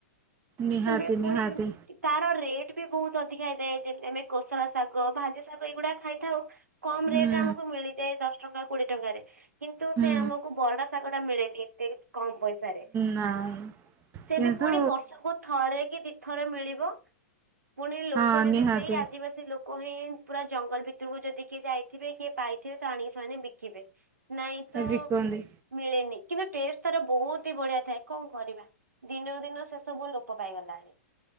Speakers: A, on the right (about 25°); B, on the right (about 80°).
A: ନିହାତି
B: ସେମତି ପୁଣି
A: ନିହାତି
B: ତାର ରେଟ ବି ବହୁତ ଅଧିକା ହେଇଥାଏ ଯେମିତି ଆମେ କୋଷଳା ଶାଗ ଭାଜି ଶାଗ ଏଇଗୁଡାକ ଖାଇଥାଉ। କମ
A: ହୁଁ
B: ରେଟ ରେ ଆମକୁ ମିଳିଯାଏ ଦଶ ଟଙ୍କା କୋଡିଏ ଟଙ୍କାରେ କିନ୍ତୁ
A: ହୁଁ।
B: ସେ ଆମକୁ ବରଡା ଶାଗ ଟା ମିଳେ ଏ ତେ କମ ପଇସାରେ
A: ନାଇଁ
B: ସେ
A: କିନ୍ତୁ
B: ବି ପୁଣି ବର୍ଷକୁ ଥରେ କି ଦି ଥର। ଥରେ ମିଳିବ। ପୁଣି ଲୋକ
A: ହଁ
B: ଯଦି
A: ନିହାତି
B: ସେଇ ଆଦିବାସୀ ଲୋକ। କହି ପୁରା ଜଙ୍ଗଲ ଭିତରକୁ ଯଦି କିଏ ଯାଇଥିବେ କିଏ ପାଇଥିବେ ତ ଆଣିକି ସେମାନେ ବିକିବେ। ନାଇଁ ତ
A: ବିକନ୍ତି।
B: ମିଳେନି ଷ୍ଟେଜ ତାର ବହୁତ ହି ବଢିଆ ଥାଏ କଣ କରିବା ଦିନକୁ ଦିନ ସେ ସବୁ ଲୋପ ପାଇଗଲାଣି।